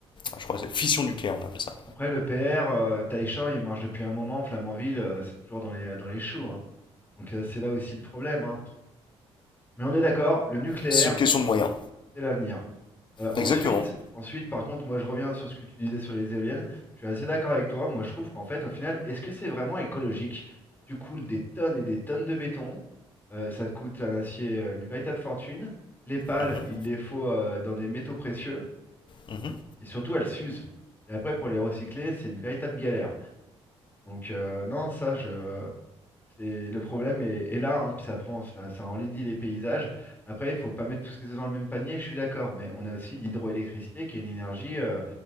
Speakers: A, on the left (about 45°); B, on the left (about 20°).
A: je crois que c'est fission nucléaire on appelle ça.
B: Après, le PR, euh, Taichan, il marche depuis un moment. Flamanville, euh, c'est toujours dans les, dans les choux. hein. Donc, euh, c'est là aussi le problème. hein. Mais on est d'accord, le nucléaire,
A: C'est une question de moyens.
B: c'est l'avenir. Euh, ensuite,
A: Exactement.
B: ensuite, par contre, moi, je reviens sur ce que tu disais sur les éoliennes. Je suis assez d'accord avec toi. Moi, je trouve qu'en fait, au final, est-ce que c'est vraiment écologique? Tu coules des tonnes et des tonnes de béton. euh, ça te coûte un acier, euh, une véritable fortune. Les pales,
A: Mhm.
B: il les faut euh, dans des métaux précieux.
A: Mhm.
B: Et surtout, elles s'usent. Et après, pour les recycler, c'est une véritable galère. Donc euh, non, ça, je... c'est le problème est, est là, hein, puis ça prend, ça, ça enlaidit les paysages. Après, il faut pas mettre tous ces œufs dans le même panier, je suis d'accord, mais on a aussi l'hydroélectricité qui est une énergie, euh,